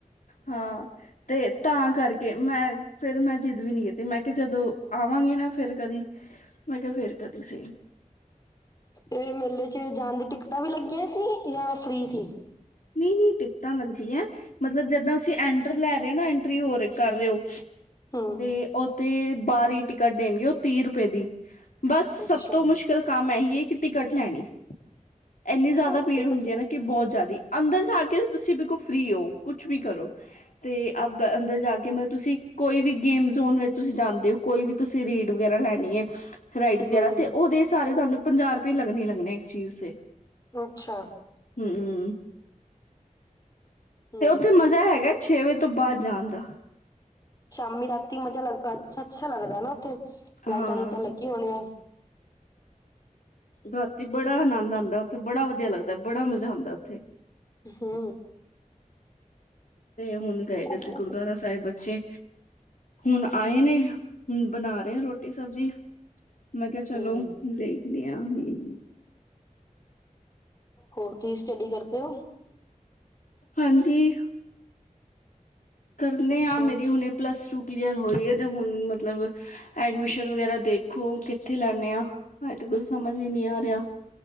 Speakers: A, on the left; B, on the left.
A: ਹਾਂ ਤੇ ਤਾਂ ਕਰਕੇ ਮੈਂ ਫਿਰ ਮੈਂ ਜਿੱਦ ਵੀ ਨੀ ਕੀਤੀ। ਤੇ ਮੈਂ ਕਿਆ ਜਦੋਂ ਆਵਾਂਗੇ ਨਾ ਫਿਰ ਕਦੀ ਮੈਂ ਕਿਆ ਫਿਰ ਕਦੀ ਸਈ
B: ਤੇ ਮੇਲੇ 'ਚ ਜਾਣ ਦੀ ਟਿਕਟਾਂ ਵੀ ਲੱਗੀਆਂ ਸੀ ਜਾਂ ਫਰੀ ਤੀ।
A: ਨਈ-ਨਈ ਟਿਕਟਾਂ ਲੱਗਦੀਆਂ ਮਤਲਬ ਜਿੱਦਾਂ ਤੁਸੀਂ ਐਂਟਰ ਲੈ ਰਏ ਹੋ ਨਾ ਐਂਟਰੀ ਹੋ ਰ ਕਰ ਰਏ ਓ।
B: ਹਮ
A: ਤੇ ਉਥੇ ਬਾਰੀ ਟਿਕਟ ਦੇਣਗੇ ਉਹ ਤੀਹ ਰੁਪਏ ਦੀ ਬਸ
B: ਅੱਛਾ
A: ਸਭ ਤੋਂ ਮੁਸ਼ਕਿਲ ਕੰਮ ਇਹੀ ਹੈ ਕਿ ਟਿਕਟ ਲੈਣੀ। ਇੰਨੀ ਜਾਦਾ
B: ਕਿਉਂ
A: ਭੀੜ
B: ਟਿਕਟ
A: ਹੁੰਦੀ ਹੈ ਨਾ ਕਿ ਬੋਤ ਜਾਦੀ ਅੰਦਰ ਜਾ ਕੇ ਤੁਸੀਂ ਬਿਲਕੁਲ ਫਰੀ ਹੋ ਕੁਛ ਵੀ ਕਰੋ ਤੇ ਅ ਅੰਦਰ ਜਾ ਕੇ ਮਤਲਬ ਤੁਸੀਂ ਕੋਈ ਵੀ ਗੇਮ ਜ਼ੋਨ ਵਿੱਚ ਤੁਸੀਂ ਜਾਂਦੇ ਹੋ ਕੋਈ ਵੀ ਤੁਸੀਂ ਰੇੜ ਵਗੈਰਾ ਲੈਣੀ ਏ ਰਾਈਡ ਵਗੈਰਾ
B: ਹੂੰ
A: ਤੇ ਓਦੇ ਸਾਰੇ ਤੁਹਾਨੂੰ ਪੰਜਾਹ ਰੁਪਏ ਲੱਗਣੇ ਲੱਗਣੇ ਇਕ ਚੀਜ਼ ਤੇ
B: ਅੱਛਾ
A: ਹੂੰ-ਹੂੰ
B: ਹੂੰ
A: ਤੇ ਉੱਥੇ ਮਜ਼ਾ ਹੈਗਾ ਛੇ ਵਜੇ ਤੋਂ ਬਾਦ ਜਾਣ ਦਾ
B: ਸ਼ਾਮੀ ਰਾਤੀ ਮਜਾ ਲੱਗ ਅੱਛਾ-ਅੱਛਾ ਲੱਗਦਾ ਨਾ ਉੱਥੇ
A: ਹਾਂ
B: ਲਾਈਟਾਂ ਲੁਟਾਂ ਲੱਗੀ ਹੋਣੀਆਂ।
A: ਰਾਤੀ ਬੜਾ ਆਨੰਦ ਆਂਦਾ ਉੱਥੇ, ਬੜਾ ਵਧੀਆ ਲੱਗਦਾ, ਬੜਾ ਮਜ਼ਾ ਆਂਦਾ ਉੱਥੇ
B: ਹੂੰ।
A: ਤੇ ਹੁਣ ਗਏ ਦੇ
B: ਹੂੰ
A: ਸੀ ਗੁਰਦੁਆਰਾ ਸਾਬ ਚੇ ਬੱਚੇ ਹੁਣ ਆਏ ਨੇ ਹੁਣ ਬਣਾ ਰੇ ਆ ਰੋਟੀ-ਸਬਜ਼ੀ। ਮੈਂ ਕੇਆ ਚਲੋ
B: ਹੂੰ
A: ਦੇਖਦੀ ਹਾਂ ਹੂੰ
B: ਹੋਰ ਕੀ ਸਟੱਡੀ ਕਰਦੇ ਓ?
A: ਹਾਂਜੀ। ਕਰਨੇ
B: ਅੱਛਾ
A: ਆ ਮੇਰੀ
B: ਜੀ
A: ਹੁਣੇ ਪਲੱਸ ਟੂ ਕਲੀਅਰ ਹੋਈ ਏ ਤੇ ਹੁਣ ਮਤਲਬ ਐਡਮਿਸ਼ਨ ਵਗੈਰਾ ਦੇਖੋ ਕਿੱਥੇ ਲੈਣੇ ਆ ਹਜੇ ਤੇ ਕੁਝ ਸਮਝ ਹੀ ਨੀ ਆ ਰਿਹਾ।